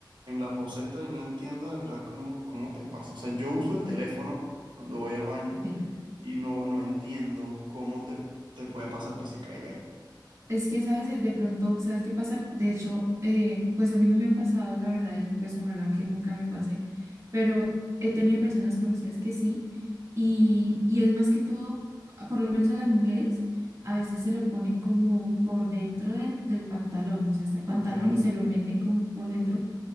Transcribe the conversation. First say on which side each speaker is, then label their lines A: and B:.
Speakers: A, on the right; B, on the right.
A: en la poceta y no entiendo de verdad cómo, cómo te pasa. O sea, yo uso el teléfono cuando voy al baño
B: sí.
A: y no, no entiendo cómo te, te puede pasar que se caiga ahí.
B: Es que, ¿sabes? De de pronto, ¿sabes qué pasa? De hecho, eh, pues a mí no me ha pasado, la verdad, y pues ojalá que nunca me pase, pero he tenido personas conocidas que sí, y, y es más que todo, a- por lo menos a las mujeres, a veces se lo ponen como por dentro del, del pantalón, o sea, está el pantalón
A: Ok,
B: y se lo meten como por dentro